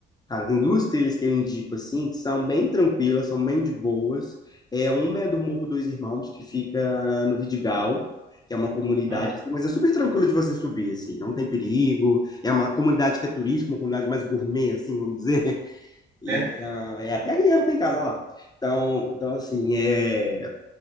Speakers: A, on the left (about 20°); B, on the right (about 80°).
A: Cara, tem duas trilhas que eu indico assim, que são bem tranquilas, são bem de boas. É, uma é do Morro dos Irmãos, que fica no Vidigal, que é uma comunidade
B: Hum,
A: assim, mas é super tranquilo de você subir assim, não tem perigo. É uma comunidade que é turística, uma comunidade mais gourmet assim, vamos dizer. <laughs>
B: <laughs>
A: Então,
B: né?
A: é até a minha tem casa lá. Então, então assim, é